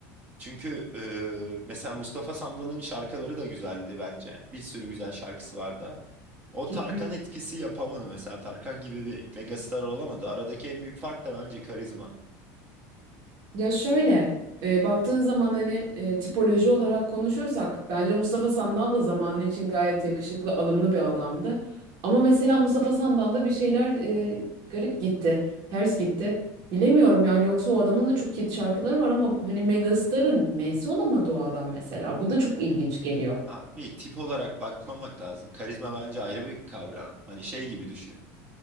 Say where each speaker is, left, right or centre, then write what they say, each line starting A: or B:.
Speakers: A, on the right; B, on the right.
A: Çünkü e, mesela Mustafa Sandal'ın şarkıları da güzeldi bence. Bir sürü güzel şarkısı vardı. O
B: Kesinlikle.
A: Tarkan etkisi yapamadı mesela. Tarkan gibi bir megastar olamadı. Aradaki en büyük fark da bence karizma.
B: Ya şöyle e, baktığın zaman hani e, tipoloji olarak konuşursak bence Mustafa Sandal da zamanı için gayet yakışıklı, alımlı bir adamdı. Ama mesela Mustafa Sandal'da bir şeyler e, garip gitti, ters gitti. Bilemiyorum yani yoksa o adamın da çok hit şarkıları var ama hani Megastar'ın M'si olamadı o adam mesela. Bu da çok ilginç geliyor.
A: Abi tip olarak bakmamak lazım. Karizma bence ayrı bir kavram. Hani şey gibi düşün.